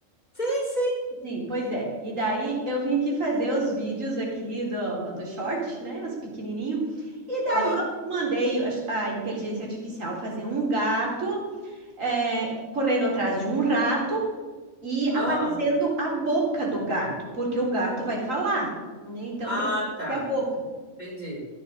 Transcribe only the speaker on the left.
Sim, sim.
Aham,
aham.
Ah,
tá.
Entendi.